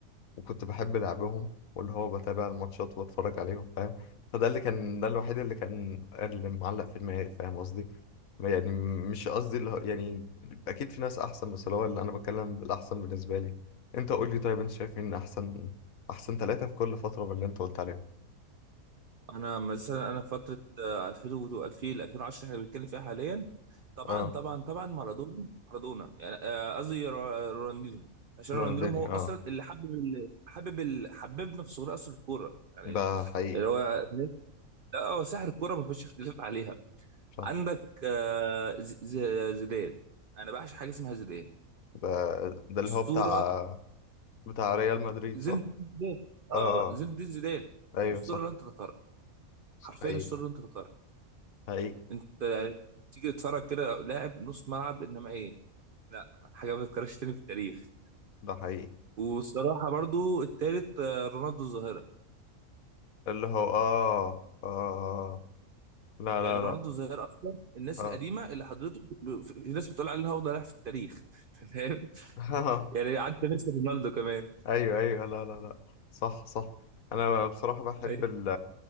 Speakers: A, on the left; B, on the right.
A: وكنت بحب لعبهم واللي هو بتابع الماتشات واتفرج عليهم فاهم فده اللي كان ده الوحيد اللي كان اللي معلق في دماغي فاهم قصدي يعني مش قصدي اللي هو يعني اكيد في ناس احسن بس اللي هو اللي انا بتكلم بالاحسن بالنسبه لي انت قول لي طيب انت شايف مين احسن احسن ثلاثه في كل فتره باللي انت قلت عليهم
B: انا مثلا انا في فتره آه، 2000 و 2000 2010 احنا بنتكلم فيها حاليا طبعا
A: اه
B: طبعا طبعا مارادونا مارادونا يعني آه، قصدي را- رونالدينو عشان
A: رونالدينيو
B: رونالدينو هو اصلا
A: اه
B: اللي حبب اللي حبب اللي حببنا في صغري اصلا الكوره يعني
A: ده حقيقي
B: اللي هو لا هو سحر الكوره ما فيش اختلاف عليها
A: صح
B: عندك آه، ز- ز- زيدان انا بعشق حاجه اسمها زيدان
A: ده ده اللي
B: اسطوره
A: هو بتاع بتاع ريال مدريد
B: زين
A: صح
B: الدين زيدان اه
A: اه آه.
B: آه، زين الدين زيدان
A: ايوه
B: اسطوره
A: صح
B: لن تتكرر
A: صح
B: حرفيا
A: حقيقي
B: اسطوره لن تتكرر
A: حقيقي
B: انت يعني تيجي تتفرج كده لاعب نص ملعب انما ايه لا حاجه ما تتكررش تاني في التاريخ
A: ده حقيقي
B: والصراحة برضو التالت آه، رونالدو الظاهرة
A: اللي هو آه آه آه، لا
B: يعني
A: لا
B: رونالدو
A: لا
B: الظاهرة أصلا الناس
A: آه
B: القديمة اللي حضرته ب- في في ناس بتقول عليه إن هو أفضل لاعب في التاريخ <laughs> تمام
A: <laughs>
B: يعني عدى ميسي رونالدو كمان
A: أيوه أيوه لا لا لا صح صح أنا بصراحة بحب
B: أي
A: ال